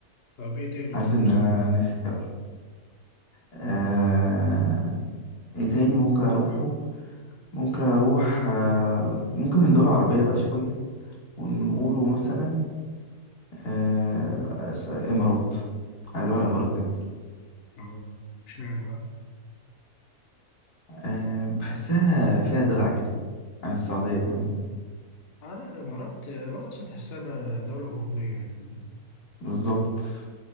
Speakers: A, on the left; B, on the left.
A: طب ايه تاني
B: حاسس
A: طب
B: ان
A: نفسك
B: انا
A: تروح
B: نفسي فيها أكتر. آه، ايه تاني ممكن اروحه ممكن اروح آه، ممكن من دول عربية بقى شوية ونقوله
A: اه
B: مثلا آه، أس- امارات عايز اروح الامارات جدا
A: اه اشمعنى بقى
B: أه بحسها فيها دلع كده عن السعودية كمان
A: اه لا الإمارات آه، الإمارات أصلا تحسها بقى دولة أوروبية يعني
B: بالظبط